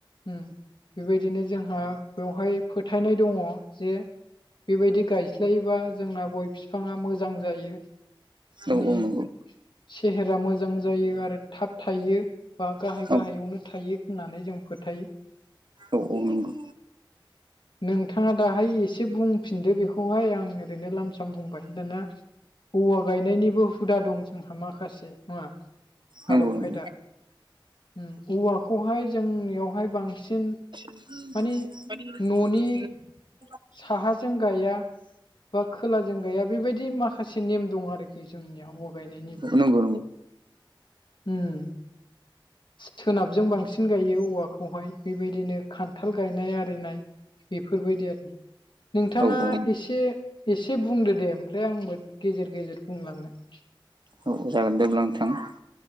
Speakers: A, on the left; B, on the right.
A: उम बेबायदिनो जोंहा बेवहाय फोथायनाय दङ जे बेबायदि गायस्लायोबा जोंना गय बिफाङा मोजां जायो।
B: औ-औ
A: माने
B: नंगौ
A: सेहेरा मोजां जायो आरो थाब थायो बा गाहाय
B: औ
A: गाहायावनो थायो होननानै जों फोथायो ।
B: औ औ नोंगौ।
A: नोंथाङा दाहाय एसे बुंफिनदो बेखौहाय आं ओरैनो लाम साम बुंबाय दाना । औवा गायनायनिबो हुदा दं जोंहा माखासे नङा
B: नंगौ
A: आदब
B: नंगौ।
A: खायदा उम औवाखौहाय जोंनियावहाय बांसिन
B: <inaudible>
A: माने न'नि साहाजों गाया बा खोलाजों गाया बेबायदि माखासे नेम दं आरोखि जोंनिया गायनायनिबो
B: नोंगौ नोंगौ।
A: उम। सोनाबजों बांसिन गायो औवाखौहाय बेबायदिनो खान्थाल गायनाय आरिनाय बेफोरबायदि आरो । नोंथाङा
B: औ औ
A: एसे एसे बुंदो दे ओमफ्राय आंबो गेजेर गेजेर बुंलांगोन।
B: औ जागोन देब्ला आ नोंथां ।